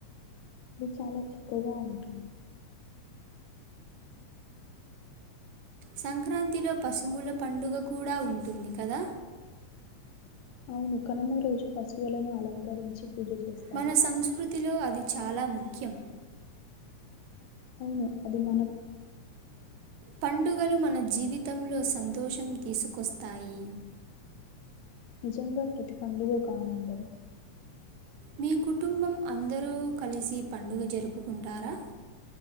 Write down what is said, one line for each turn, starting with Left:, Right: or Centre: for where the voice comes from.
Left: అది చాలా చక్కగా ఉంటుంది
Right: సంక్రాంతిలో పశువుల పండుగ కూడా ఉంటుంది కదా
Left: అవును కనుమ్మ రోజు పశువులను అలంకరించి పూజ చేస్తారు.
Right: మన సంస్కృతిలో అది చాలా ముఖ్యం
Left: అవును అది మన
Right: పండుగలు మన జీవితంలో సంతోషం తీసుకొస్తాయి
Left: నిజంగా ప్రతి పండుగకు ఆనందం
Right: మీ కుటుంబం అందరూ కలిసి పండుగ జరుపుకుంటారా